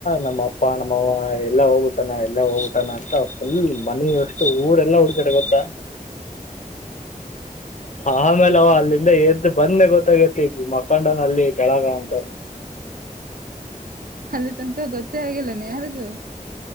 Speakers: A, on the left (about 55°); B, on the right (about 80°).
A: ನಮ್ಮ ಅಪ ಅಪ್ಪ ನಮ್ಮವ ಎಲ್ಲಾ ಹೋಗ್ಬಿಟ್ಟಾನ ಎಲ್ಲಾ ಹೋಗಟ್ಟಾನ ಅಂತ ಅಲ್ಲಿ ಮನ ಅಷ್ಟು ಊರೆಲ್ಲಾ ಹುಡ್ಕಡೆ ಗೊತ್ತಾ ಆಮೇಲೆವು ಅಲ್ಲಿಂದ ಏದ ಮ ಬಂದೆ ಗೊತ್ತಾಗತಿ ಈ ಮಕ್ಕಂಡನ ಅಲ್ಲಿ ಕೆಳಗ ಅಂತ
B: ಅಲ್ಲಿ ತನಕ ಗೊತ್ತೇ ಆಗಿಲ್ಲಾನ ಯಾರಿಗು